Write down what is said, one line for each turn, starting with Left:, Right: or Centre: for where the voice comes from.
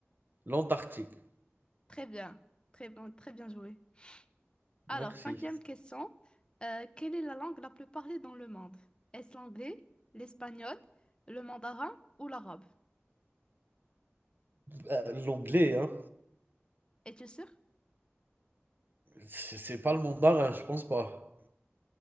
Right: L'Antarctique,
Left: Très bien, très bon, très bien joué. Alors,
Right: merci.
Left: cinquième question. Euh, quelle est la langue la plus parlée dans le monde? Est-ce l'anglais, l'espagnol, le mandarin ou l'arabe?
Right: Bah, l'anglais, hein.
Left: Es-tu sûr?
Right: C'est c'est pas le mandarin, je pense pas.